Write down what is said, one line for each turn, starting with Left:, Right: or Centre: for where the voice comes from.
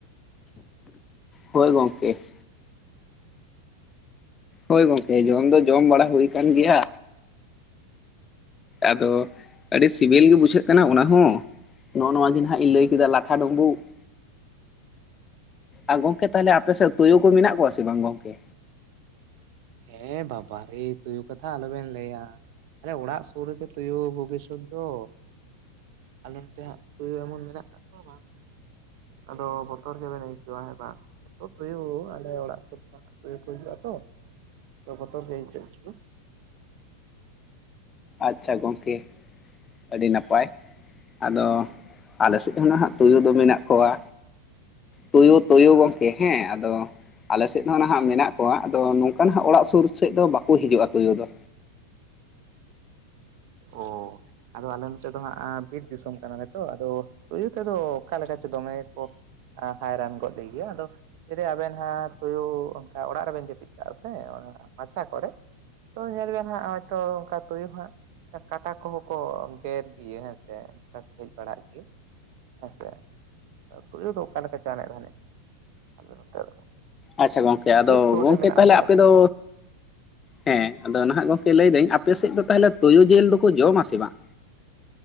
Left: ᱦᱳᱭ ᱜᱚᱝᱠᱮ ᱾ ᱦᱳᱭ ᱜᱚᱝᱠᱮ ᱡᱚᱢ ᱫᱚ ᱡᱚᱢ ᱵᱟᱲᱟ ᱦᱳᱭ ᱠᱟᱱ ᱜᱮᱭᱟ᱾ ᱟᱫᱚ ᱟᱹᱰᱤ ᱥᱤᱵᱤᱞ ᱜᱮ ᱵᱩᱡᱷᱟᱹᱜ ᱠᱟᱱᱟ ᱚᱱᱟᱦᱚᱸ᱾ ᱱᱚᱜᱚ ᱱᱚᱣᱟ ᱜᱮ ᱱᱟᱦᱟᱜ ᱤᱧ ᱞᱟᱹᱭ ᱠᱮᱜ-ᱟ ᱞᱟᱴᱷᱟ ᱰᱩᱢᱵᱩᱜ ᱾ ᱟᱨ ᱜᱚᱝᱠᱮ ᱛᱟᱦᱞᱮ ᱟᱯᱮ ᱥᱮᱫ ᱛᱩᱭᱩ ᱠᱩ ᱢᱮᱱᱟᱜ ᱠᱚᱣᱟ ᱥᱮ ᱵᱟᱝ ᱜᱚᱝᱠᱮ?
Right: ᱦᱮᱸ ᱵᱟᱵᱟᱨᱮ ᱛᱳᱭᱳ ᱠᱟᱛᱷᱟ ᱟᱞᱚ ᱵᱮᱱ ᱞᱟᱹᱭ-ᱟ ᱾ ᱟᱞᱮ ᱚᱲᱟᱜ ᱥᱳᱨ ᱨᱮᱜᱮ ᱛᱳᱭᱳ ᱵᱳᱜᱮ ᱥᱳᱫ ᱫᱚ᱾ ᱟᱞᱮ ᱱᱚᱛᱮ ᱦᱟᱸᱜ ᱛᱳᱭᱳ ᱮᱢᱚᱱ ᱢᱮᱱᱟᱜ ᱠᱟᱜ ᱠᱚᱣᱟ ᱵᱟᱝ ᱟᱫᱚ ᱵᱚᱛᱚᱨ ᱜᱮ ᱵᱮᱱ ᱟᱹᱭᱠᱟᱹᱣᱟ ᱦᱮ ᱵᱟᱝ ᱮᱛᱚ ᱛᱳᱭᱳ ᱟᱞᱮ ᱚᱲᱟᱜ ᱥᱳᱨ ᱠᱚᱨᱮ᱾ ᱛᱳᱭᱳ ᱠᱚ ᱦᱤᱡᱩᱜ-ᱟ ᱛᱚ᱾ ᱛᱚ ᱵᱚᱛᱚᱨ ᱜᱮ ᱟᱹᱭᱠᱟᱜ ᱜᱮᱭᱟ᱾
Left: ᱟᱪᱪᱷᱟ ᱜᱚᱝᱠᱮ᱾ ᱟᱹᱰᱤ ᱱᱟᱯᱟᱭ ᱟᱫᱚ ᱟᱞᱮ ᱥᱮᱫ ᱦᱚᱸ ᱱᱟᱦᱟᱜ ᱛᱳᱭᱳ ᱫᱚ ᱢᱮᱱᱟᱜ ᱠᱚᱣᱟ᱾ ᱛᱳᱭᱳ, ᱛᱳᱭᱳ ᱜᱚᱝᱠᱮ ᱦᱮᱸ ᱟᱫᱚ ᱟᱞᱮ ᱥᱮᱫ ᱦᱚᱸ ᱱᱟᱦᱟᱜ ᱢᱮᱱᱟᱜ ᱠᱚᱣᱟ ᱟᱫᱚ ᱱᱚᱝᱠᱟ ᱱᱟᱦᱟᱜ ᱚᱲᱟᱜ ᱥᱳᱨ ᱥᱮᱫ ᱫᱚ ᱵᱟᱠᱚ ᱦᱤᱡᱩᱜ-ᱟ ᱛᱳᱭᱳ ᱫᱚ᱾
Right: ᱚ ᱟᱫᱚ ᱟᱞᱮ ᱱᱚᱛᱮ ᱫᱚ ᱦᱟᱸᱜ ᱵᱤᱨ ᱫᱤᱥᱚᱢ ᱠᱟᱱᱟ ᱞᱮ ᱛᱚ ᱟᱫᱚ ᱳᱛᱭᱳ ᱛᱮ ᱫᱚ ᱚᱠᱟ ᱞᱮᱠᱟ ᱪᱚ ᱫᱚᱢᱮ ᱠᱚ ᱦᱟᱭᱨᱟᱱ ᱜᱚᱫ ᱞᱮ ᱜᱮᱭᱟ ᱟᱫᱚ ᱡᱩᱫᱤ ᱟᱵᱮᱱ ᱦᱟᱸᱜ ᱛᱳᱭᱳ ᱚᱱᱠᱟ ᱚᱲᱟᱜ ᱨᱮᱵᱮᱱ ᱡᱟᱹᱯᱤᱫ ᱠᱟᱜ-ᱟ ᱥᱮ ᱚᱱᱟ ᱨᱟᱪᱟ ᱠᱚᱨᱮ᱾ ᱛᱚ ᱧᱮᱞ ᱢᱮ ᱦᱟᱸᱜ ᱦᱳᱭ ᱛᱚ ᱦᱟᱸᱜ ᱚᱱᱠᱟ ᱛᱳᱭᱳ ᱦᱟᱸᱜ ᱠᱟᱴᱟ ᱠᱚᱦᱚᱸ ᱠᱚ ᱜᱮᱨ ᱜᱮᱭᱟ ᱦᱮᱸ ᱥᱮ ᱚᱱᱠᱟ ᱠᱚ ᱦᱮᱡ ᱵᱟᱲᱟᱜ ᱜᱮᱭᱟ᱾ ᱦᱮᱥᱮ ᱛᱳᱭᱳ ᱫᱚ ᱚᱠᱟᱞ ᱞᱮᱠᱟ ᱪᱚ ᱟᱱᱮᱡ ᱫᱷᱟᱱᱮᱡ ᱟᱞᱮ ᱱᱮᱛᱮ ᱫᱚ᱾
Left: ᱟᱪᱪᱷᱟ ᱜᱚᱝᱠᱮ ᱟᱫᱚ
Right: ᱵᱤᱨ ᱥᱩᱨ
Left: ᱜᱚᱝᱠᱮ
Right: ᱨᱮ ᱢᱮᱱᱟᱜᱼᱟ
Left: ᱛᱟᱦᱞᱮ
Right: ᱛᱚ
Left: ᱟᱯᱮ ᱫᱚ ᱦᱮᱸ ᱟᱫᱚ ᱱᱟᱦᱟᱜ ᱜᱚᱝᱠᱮ ᱞᱟᱹᱭ ᱫᱟᱹᱧ ᱟᱯᱮ ᱥᱮᱫ ᱫᱚ ᱛᱟᱦᱞᱮ ᱛᱳᱭᱳ ᱡᱮᱞ ᱫᱚᱠᱚ ᱡᱚᱢᱟ ᱥᱮ ᱵᱟᱝ?